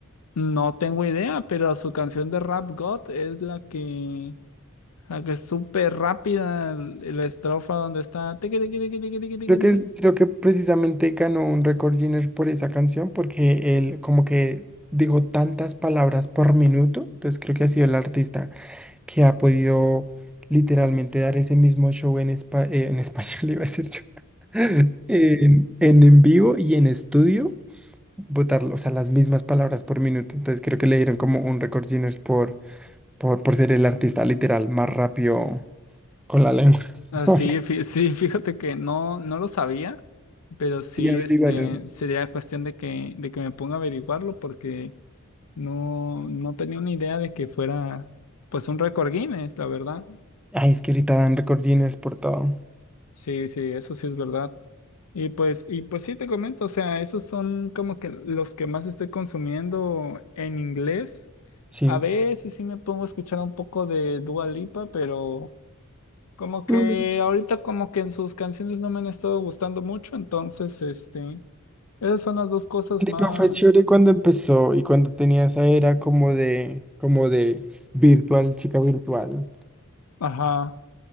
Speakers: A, on the left; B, in the centre.
A: No tengo idea, pero su canción de Rap God es la que, la que es súper rápida, l- la estrofa donde está tiqui, tiqui, tiqui, tiqui, tiqui, tiqui,
B: Creo que,
A: tiqui.
B: creo que precisamente ganó un récord Guinness por esa canción porque él como que dijo tantas palabras por minuto, entonces creo que ha sido el artista que ha podido literalmente dar ese mismo show en, espa- eh, en español, <laughs> iba a decir yo, <laughs> en, en en vivo y en estudio, botarlo, o sea, las mismas palabras por minuto, entonces creo que le dieron como un récord Guinness por, por, por ser el artista literal más rápido con la lengua.
A: Ah,
B: <laughs>
A: sí, fí- sí, <laughs> fíjate que no, no lo sabía, pero sí,
B: Sí, averígualo.
A: este, sería cuestión de que, de que me ponga a averiguarlo porque no, no tenía una idea de que fuera, pues, un récord Guinness, la verdad.
B: Ay, es que ahorita dan récord Guinness por todo.
A: Sí, sí, eso sí es verdad. Y pues, y pues sí te comento, o sea, esos son como que los que más estoy consumiendo en inglés.
B: sí.
A: A veces sí me pongo a escuchar un poco de Dua Lipa, pero... Como que
B: Ujú.
A: ahorita como que en sus canciones no me han estado gustando mucho, entonces, este, esas son las dos cosas más.
B: Pero fue chévere cuando empezó y cuando tenía esa era como de, como de virtual, chica virtual.
A: Ajá.